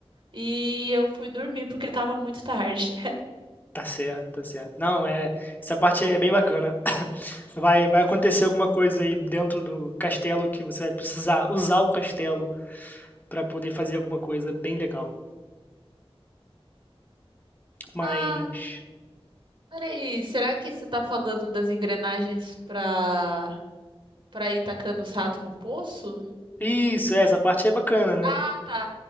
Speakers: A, on the right (about 55°); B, on the left (about 20°).
A: e eu fui dormir porque tava muito tarde.
B: Tá certo, tá certo. Não, é, essa parte é bem bacana. Vai, vai acontecer alguma coisa aí dentro do castelo que você vai precisar usar o castelo pra poder fazer alguma coisa bem legal. Mas
A: Ah, peraí, será que você tá falando das engrenagens pra, pra ir tacando os ratos no poço?
B: isso, é, essa parte é bacana, né?
A: Ah, tá.